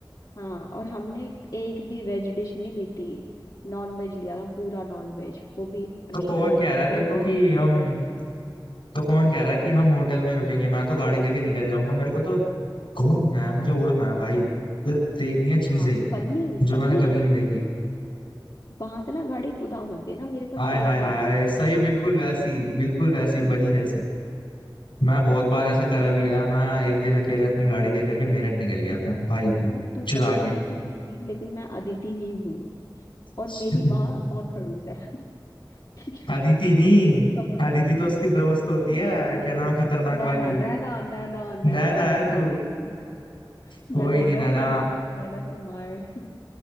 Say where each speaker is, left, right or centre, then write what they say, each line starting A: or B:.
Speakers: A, on the left (about 55°); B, on the left (about 85°).
A: हाँ और हमने एक भी वेज डिश नहीं ली थी नॉन वेज लिया था पूरा नॉन वेज वो भी
B: तो
A: रिजॉर्ट
B: कौन कह रहा है तेरे को कि हम
A: होटल में
B: तो कौन कह रहा है कि हम होटल में रुकेंगे मैं तो गाड़ी लेके निकल जाऊंगा मेरे को तो घूमना है मुझे उड़ना है भाई तो देखनी है चीजें
A: हाँ बन्नी
B: जो
A: बन्नी
B: मैंने कभी नहीं देखी
A: वहां से ना गाड़ी कुदाओ मत देना मेरे पास
B: आय हाय
A: एक ही
B: हाय
A: है क्योंकि
B: हाय, सही बिल्कुल वैसी बिल्कुल वैसी बनी जैसे मैं बहुत बार ऐसा करा भी है मैं एक दिन अकेले अपनी गाड़ी लेकर के मेरठ निकल गया
A: एक
B: था भाई
A: और-
B: की
A: तू तू
B: चुरा
A: बन्नी
B: के
A: है तू बन्नी है लेकिन मैं अदिति ही हूँ और
B: <laughs>
A: मेरी माँ बहुत खड़ूस है <laughs> ठीक है
B: अदिति नहीं
A: समझ
B: अदिति तो उसकी दोस्त होती है
A: Oh sorry
B: क्या
A: sorry
B: नाम है खतरनाक
A: Naina
B: वाली
A: Naina Naina
B: नैना
A: Naina हूँ
B: है तू
A: मैं नैना हूँ।
B: कोई
A: मैं नैना
B: नहीं नैना
A: हूँ और मेरी नैना की माँ है